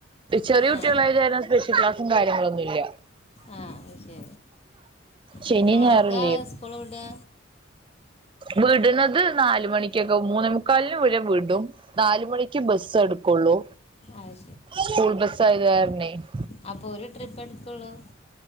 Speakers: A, on the right; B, on the left.
A: ചെറിയ കുട്ടികളയിലെതാ
B: ആ
A: സ്പെ ക്ലാസും, കാര്ങ്ങളൊന്നുല്ല.
B: ആ ശരി.
A: ശനി
B: എത്ര മണിക്കാ
A: ഞായറും
B: സ്കൂൾ വിടാ?
A: വീടുണത് നാല് മണിക്കൊക്കെ മൂന്നെ മുക്കാലിനു ഇവലെ വിടും. നാല് മണിക്ക് ബസ് എടുക്കു ള്ളൂ
B: അത്
A: സ്കൂൾബസ് അത് കാരണേ <inaudible>
B: അപ്പൊ ഒരു ട്രിപ്പ് എടുക്കൊള്ളൂ